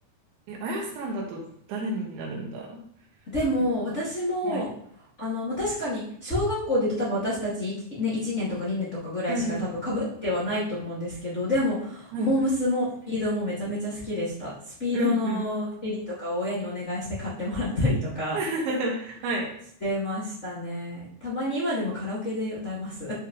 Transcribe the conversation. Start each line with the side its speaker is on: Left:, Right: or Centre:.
Right: え、あやさんだと誰になるんだ
Left: でも私もあの、
Right: うんはい。
Left: まあ、確かに小学校で言うと多分私たちいちね、1年とか2年とかぐらいしか多分かぶってはないと思うんですけどでもモームスもスピードもめちゃめちゃ好きでしたスピードの
Right: うんうん。はい。うんうん。
Left: CD とかを親にお願いして買ってもらったりとか
Right: <laughs> はい。
Left: してましたねたまに今でもカラオケで歌います